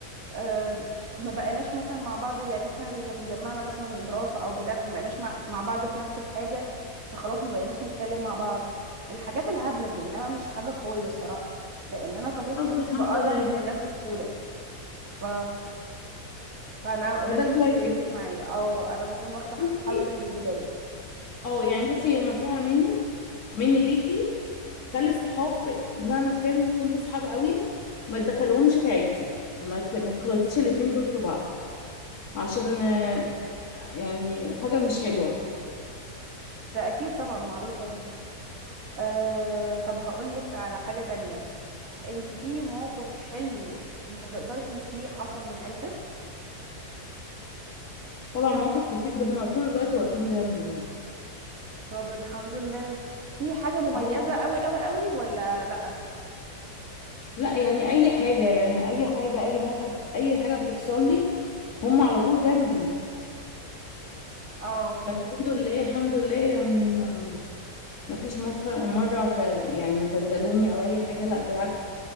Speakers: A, on the right; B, on the left.
A: آم، ما بقيناش مثلا مع بعض يعني احنا اللي كان مجمعنا مثلا دراسة او بتاع فما بقيناش مع, مع بعض في نفس الحاجة فخلاص ما بقيناش نتكلم مع بعض الحاجات الهبلة دي انما مش حاجة قوية الصراحة لان انا طبيعتي
B: طب
A: مش
B: الحمد
A: بقرب
B: لله
A: من الناس بسهولة ف... فانا اوريدي
B: فده
A: مش
B: كويس
A: بيفرق معايا او انا بكون واخدة حذري
B: بصي
A: من البداية
B: اه يعني بصي هي نصيحه مني مني ليكي خلي الصحاب مهما كان كنتوا صحاب قوي ما تدخلهمش في عيلتك ما ت- ما تخلطيش الاتنين دول في بعض عشان آه، يعني حاجه مش حلوه
A: ده اكيد طبعا معروفة دي أه... طب هقولك على حاجة تانية انت في موقف حلو مش هتقدري تنسيه حصل من عيلتك
B: طبعا مواقف كتير ده هما طول الوقت واقفين جنبي يعني
A: طب الحمد لله في حاجة مميزة
B: اه
A: قوي قوي قوي ولا لأ
B: لا يعني اي حاجة يعني اي حاجة اي موقف اي حاجة بتحصل لي هم على طول جنبي
A: اه
B: فالحمد لله الحمد لله يعني ما ما فيش مصر- مرة خ- يعني خذلوني او اي حاجة لا بالعكس